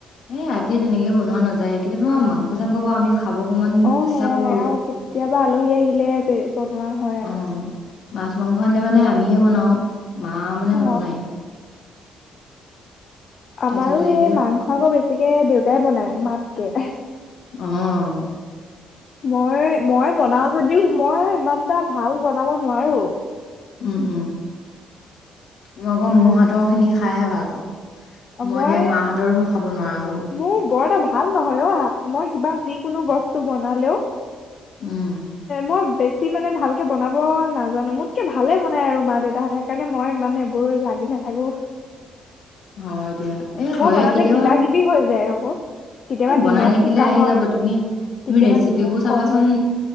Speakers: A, on the left (about 70°); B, on the left (about 50°).
A: এই ৰাতি তেনেকে বনোৱা নাযায় কেতিয়াবা মাংস চাংস বা আমি খাব অকমান
B: অ
A: ইচ্ছা
B: সেয়াই
A: কৰো
B: আৰু কেতিয়াবা আলহী আহিলে বনোৱা হয় আৰু
A: অ', মাছ- মাংস আনিলে মানে আমিয়ে বনাও মা মানে
B: অ
A: নবনায়। তাৰপিছতে
B: আমাৰো সেই
A: অ',
B: মাংস আকৌ বেছিকে দেউতাই বনাই মাতকে।
A: আহ
B: মই মই বনাও যদিও মই ইমান এটা ভাল বনাব নোৱাৰো।
A: উম মই আকৌ মো হাতৰ খিনি খাইহে ভাল পাওঁ
B: অ মই
A: এতিয়া মা হাতৰো খাব নোৱাৰা হ'লো
B: মোৰ বৰ এটা ভাল নহয় অ হাত মই কিবা যি কোনো বস্তু বনালেও
A: উম।
B: মই বেছি মানে ভালকে বনাব নাজানো মোতকে ভালে বনাই আৰু মা দেউতাহঁতে সেইকাৰণে মই মানে বোৰ লাগি নাথাকো।
A: হয় দিয়া এ
B: মই
A: হয়ে
B: বনালে
A: কেতিয়াবা
B: কিবা কিবি হৈ যায় আকৌ কেতিয়াবা
A: এ বনাই
B: নিমখ
A: থাকিলে
B: চোকা
A: আহি
B: হয়,
A: যাব তুমি তুমি
B: কেতিয়াবা
A: ৰেচিপিবোৰ
B: নিমখ
A: চাবাচোন
B: কম হয়।